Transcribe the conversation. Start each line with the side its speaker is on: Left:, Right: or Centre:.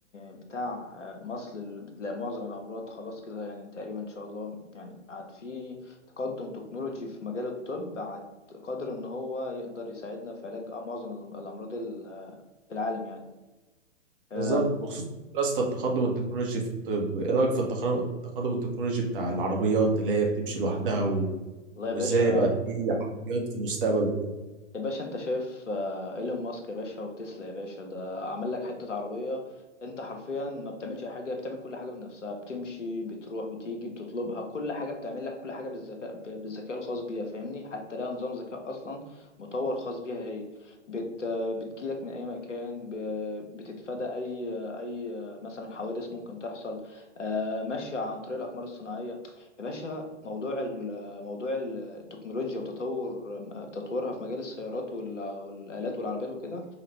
Left: بتاع آه، مصل ال- لا، معظم الأمراض خلاص كده يعني تقريبا إن شاء الله يعني عاد في تقدم تكنولوجي في مجال الطب عاد قادر إن هو يقدر يساعدنا في علاج آه، معظم الأم- الأمراض ال- آه، في العالم يعني آه،
Right: بالظبط بخصوص يا اسطى التقدم التكنولوجي في الطب ايه رايك في التقدم التقدم التكنولوجي بتاع العربيات اللي هي بتمشي لوحدها
Left: والله يا باشا
Right: وازاي يبقى فيه عربيات في المستقبل وكده
Left: يا باشا انت شايف آه، ايلون ماسك يا باشا وتسلا يا باشا ده عمل لك حتة عربية انت حرفيا ما بتعملش اي حاجة بتعمل كل حاجة بنفسها بتمشي بتروح بتيجي بتطلبها كل حاجة بتعمل لك كل حاجة بالذكاء ب- بالذكاء الخاص بيها فاهمني حتى لها نظام ذكاء اصلا مطور خاص بيها هي بت آه، بتجيلك من اي مكان ب- بتتفادى اي آه، اي آه، مثلا حوادث ممكن تحصل آه، ماشية عن طريق الاقمار الصناعية يا باشا موضوع ال- موضوع التكنولوجيا وتطور تطورها في مجال السيارات والع- والآلات والعربيات وكده